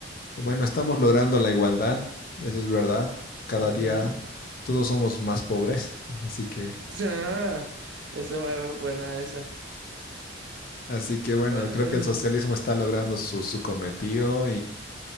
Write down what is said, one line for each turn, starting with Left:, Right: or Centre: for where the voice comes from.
Left: bueno, estamos logrando la igualdad, eso es verdad, cada
Right: Ujú.
Left: día todos somos más pobres, así que,
Right: <laughs> Ah, esa fue buena, esa.
Left: así que bueno,
Right: Bueno,
Left: creo
Right: <laughs>
Left: que el socialismo está logrando su, su cometido